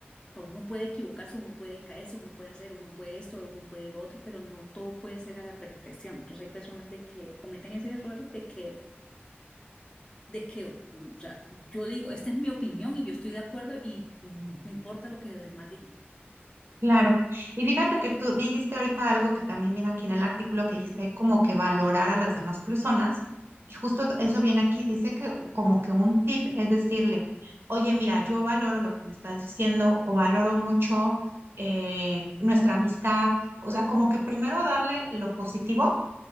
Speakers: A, on the left; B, on the right.
A: o uno puede equivocarse, uno puede caerse, uno puede hacer, uno puede esto, uno puede lo otro, pero no todo puede ser a la perfección. Entonces hay personas de que cometen esos errores de que de que, mm, o sea, yo digo, esta es mi opinión y yo estoy de acuerdo y mm, me importa lo que los demás digan.
B: Claro. Y fíjate que tú dijiste ahorita algo que también viene aquí en el artículo que dijiste como que valorar a las demás personas. Y justo eso viene aquí, dice que como que un tip es decirle, oye, mira, yo valoro lo que me estás diciendo o valoro mucho eh, nuestra amistad. O sea, como que primero darle lo positivo